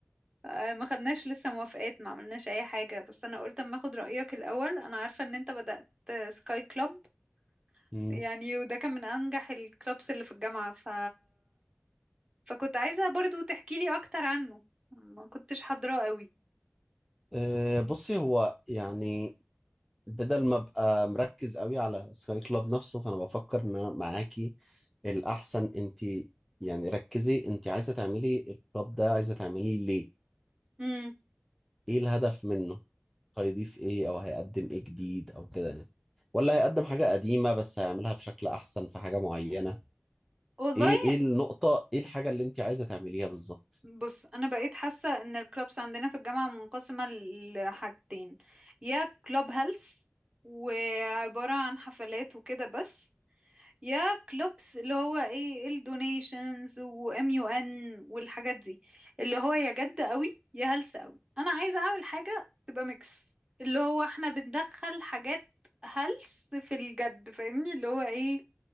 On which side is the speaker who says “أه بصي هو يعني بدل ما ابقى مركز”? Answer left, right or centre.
Centre